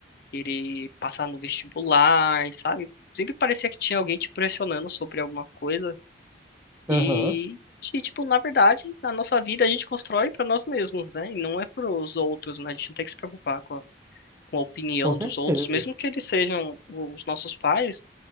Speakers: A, on the left; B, on the right.
A: querer passar no vestibular, sabe? Sempre parecia que tinha alguém te pressionando sobre alguma coisa e
B: Aham,
A: que, tipo, na verdade, na nossa vida a gente constrói para nós mesmos, né? E não é para os outros, né? A gente não tem que se preocupar com a, com a opinião
B: com certeza.
A: dos outros, mesmo que eles sejam os nossos pais,